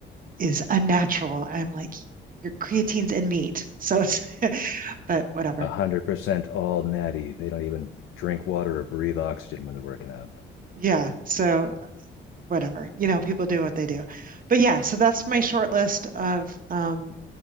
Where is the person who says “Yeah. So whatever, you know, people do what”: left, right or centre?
Right